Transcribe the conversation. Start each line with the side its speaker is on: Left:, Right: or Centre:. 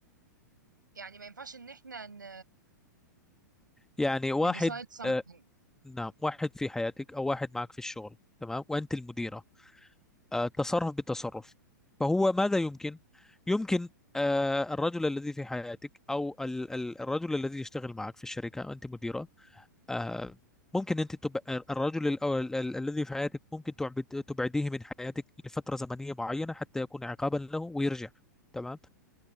Right: يعني ما ينفعش ان احنا ن...
Centre: يعني واحد
Right: نديسايد something
Centre: آه، نعم واحد في حياتك أو واحد معك في الشغل تمام وأنت المديرة آه، تصرف بتصرف فهو ماذا يمكن؟ يمكن آه، الرجل الذي في حياتك او ال- ال- الرجل الذي يشتغل معك في الشركه انت مديره آه، ممكن انت تبقى الرجل الأو- ال- ال- الذي في حياتك ممكن تعبد- تبعديه من حياتك لفتره زمنيه معينه حتى يكون عقابا له ويرجع تمام